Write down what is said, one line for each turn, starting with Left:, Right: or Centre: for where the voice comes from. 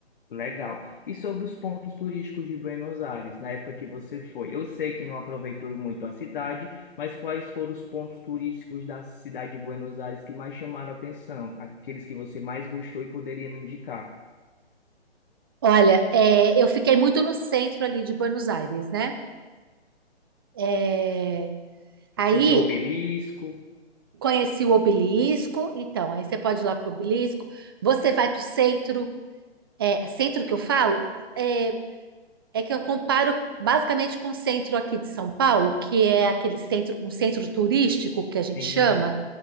Left: Legal. E sobre os pontos turísticos de Buenos Aires, na época que você foi? Eu sei que não aproveitou muito a cidade, mas quais foram os pontos turísticos da cidade de Buenos Aires que mais chamaram a atenção? Aqueles que você mais gostou e poderia me indicar?
Right: Olha, é, eu fiquei muito no centro ali de Buenos Aires, né? É, aí
Left: Conheceu o obelisco?
Right: conheci o obelisco, então aí você pode ir lá para o obelisco. Você vai para o centro, é, centro que eu falo é, é que eu comparo basicamente com o centro aqui de São Paulo, que é aquele centro, um centro turístico que a gente
Left: Sim,
Right: chama,